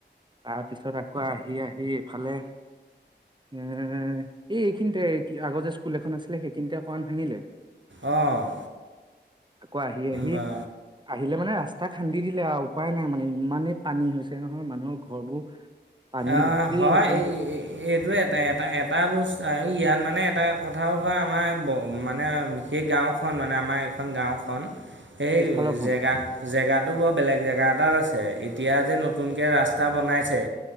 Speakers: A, on the right; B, on the right.
A: তাত পিছত আকৌ আহি আহি এইফালে উ এই এইখিনিতে আগৰ যে স্কুল এখন আছিলে সেইখিনিতে অকমান ভাঙিলে
B: অঁ
A: আকৌ আহি আহি
B: বা
A: আহিলে মানে ৰাস্তা গাদ খান্দি দিলে আৰু উপায় নাই মানে ইমানেই পানী হৈছে নহয় মানুহৰ ঘৰবোৰ পানীয়ে
B: অ
A: গোটেই
B: হয়
A: একদম
B: এইটোয়ে এটা এটা এটা বস্তু আৰু ইয়াত মানে এটা কথাও হয় আমাৰ মানে সেই গাঁওখন মানে আমাৰ এইখন গাঁওখন সেই
A: পিছফালৰখন
B: জেগাত জেগাতো বৰ বেলেগ জেগাত কিমান আছে এতিয়া যে নতুনকে ৰাস্তা বনাইছে